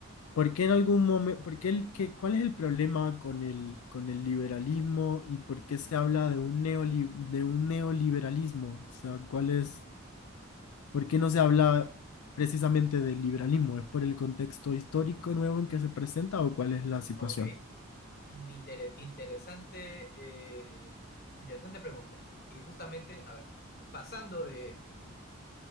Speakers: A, on the left (about 85°); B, on the left (about 45°).
A: ¿Por qué en algún momento, por qué el, qué- cuál es el problema con el, con el liberalismo y por qué se habla de un neoli- de un neoliberalismo? O sea, ¿cuál es, por qué no se habla precisamente del liberalismo? ¿Es por el contexto histórico nuevo en que se presenta o cuál es la situación?
B: Ok, mm, intere- interesante, eh, interesante pregunta. Y justamente, a ver, pasando de